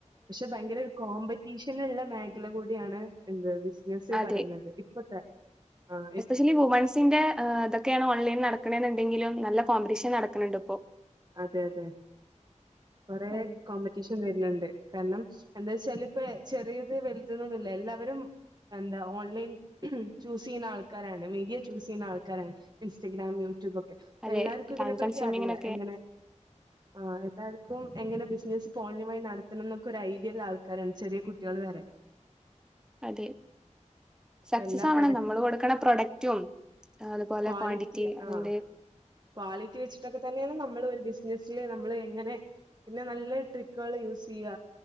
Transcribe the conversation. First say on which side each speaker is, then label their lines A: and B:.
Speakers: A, on the right; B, in the centre.
A: പക്ഷെ ഭയങ്കര ഒരു കോമ്പറ്റീഷൻ നുള്ള മേഖല കൂടിയാണ് എന്ത് ബിസിനസ്
B: അതെ
A: പറയുന്നത് ഇപ്പത്തെ ആ
B: ഇതിൽ വുമൻസിന്റെ ഇതൊക്കെയാണ് ഓൺലൈൽ നടക്കണെന്നുണ്ടെങ്കിലും നല്ല കോമ്പറ്റീഷൻ നടക്കണണ്ട് ഇപ്പോ
A: അതെ അതെ കൊറെ
B: ഉം
A: കോമ്പറ്റീഷൻ വരുന്നുണ്ട് കാരണം എന്താ വെച്ചാല് ഇപ്പ ചെറിയത് വലുതുന്നൊന്നുമില്ല എല്ലാവരും എന്താ ഓൺലൈൻ ചൂസ് ചെയ്യുന്ന ആൾക്കാരാണ് മീഡിയ ചൂസ് ചെയ്യുന്ന ആൾക്കാരാണ് ഇൻസ്റ്റഗ്രാം യൂട്യൂബ് ഒക്കെ അപ്പ
B: അതെ
A: എല്ലാവർക്കും ഇതിനെ
B: ടൈം
A: പറ്റി
B: കൺസ്യൂമിങ്ങിനൊക്കെ
A: അറിയാം എങ്ങനെ
B: <inaudible>
A: ആ എല്ലാവർക്കും എങ്ങനെ ബിസിനസ്സ് പോളിമായി നടത്തണം എന്നൊക്കെ ഒരു ഐഡിയ ഉള്ള ആൾക്കാരാണ് ചെറിയ കുട്ടികൾ വരെ
B: അതെ
A: അപ്പൊ
B: സക്സസ്
A: എല്ലാ
B: ആവണം
A: പ്രൊഡക്റ്റും
B: നമ്മള് കൊടുക്കണ പ്രൊഡക്റ്റും അതുപോലെ
A: ക്വാളിറ്റി
B: ക്വാണ്ടിറ്റി <unintelligible>
A: ആ ക്വാളിറ്റി വെച്ചിട്ടൊക്കെ തന്നെണ് നമ്മള് ഒരു ബിസ്നസ്സില് നമ്മള് എങ്ങനെ പിന്നെ നല്ല ട്രിക്കുകൾ യൂസ് ചെയ്യ